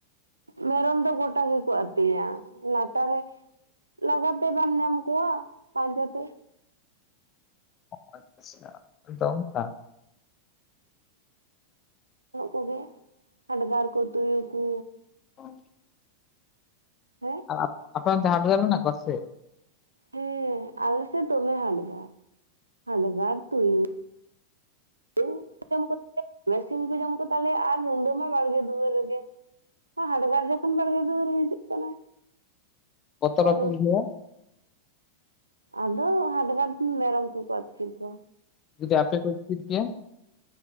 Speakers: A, on the right; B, on the left.
A: ᱢᱮᱨᱚᱢ ᱫᱚ ᱜᱚᱴᱟ ᱜᱮᱠᱚ ᱟᱹᱛᱤᱧᱟ ᱞᱟᱴᱟᱨ ᱨᱮ ᱞᱟᱜᱟ ᱛᱮ ᱵᱟᱢ ᱧᱟᱢ ᱠᱚᱣᱟ ᱯᱟᱸᱡᱟ ᱛᱮ
B: <unintelligible> ᱛᱚ ᱚᱱᱠᱟ
A: ᱡᱟᱹᱱᱚᱜ ᱠᱚᱜᱮ ᱦᱟᱰᱜᱟᱨ ᱠᱚ ᱛᱩᱭᱩ ᱠᱩ
B: <unintelligible>
A: ᱦᱮᱸ,
B: ᱟᱨ ᱟᱯᱮ ᱚᱱᱛᱮ ᱦᱟᱰᱜᱟᱨ ᱢᱮᱱᱟᱜ ᱠᱚᱣᱟ ᱥᱮ
A: ᱦᱮᱸ ᱟᱞᱮ ᱥᱮᱫ ᱫᱚᱢᱮ ᱦᱟᱰᱜᱟᱨ ᱦᱟᱰᱜᱟᱨ ᱛᱩᱭᱩ <unintelligible> ᱢᱮ ᱥᱤᱢ ᱠᱚ ᱡᱚᱢ ᱠᱚᱛᱟᱞᱮᱭᱟ ᱟᱨ ᱨᱩᱱᱰᱟᱹ ᱢᱟ ᱵᱟᱲᱜᱮ ᱫᱩᱣᱟᱹᱨ ᱨᱮᱜᱮ ᱦᱟᱰᱜᱟᱨ ᱡᱚᱠᱷᱚᱱ ᱵᱟᱲᱜᱮ ᱫᱩᱣᱟᱹᱨᱮ ᱦᱤᱡᱩᱜ ᱠᱟᱱᱟᱭ
B: ᱵᱚᱛᱚᱨ
A: ᱟᱨ
B: ᱵᱟᱯᱮ ᱵᱩᱡᱷᱟᱣᱟ
A: ᱟᱫᱚ ᱦᱟᱰᱜᱟᱨ ᱛᱤ ᱢᱮᱨᱚᱢ ᱠᱚᱠᱚ ᱟᱹᱛᱠᱤᱨ ᱠᱚᱣᱟ
B: ᱡᱩᱫᱤ ᱟᱯᱮ ᱠᱚ ᱤᱛᱠᱤᱨᱯᱮᱭᱟ᱾